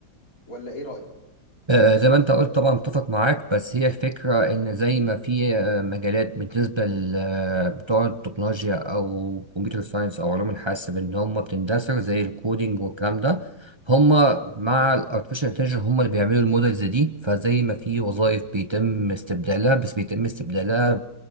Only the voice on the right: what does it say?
آه، زي ما انت قلت طبعا متفق معاك بس هي الفكرة ان زي ما في آه، مجالات بالنسبة لبتوع التكنولوجيا او كمبيوتر ساينس او علوم الحاسب ان هم بتندثر زي الكودينج والكلام ده هم مع الارتفيشال انتليجنس هم اللي بيعملوا المودلز دي فزي ما في وظائف بيتم استبدالها بس بيتم استبدالها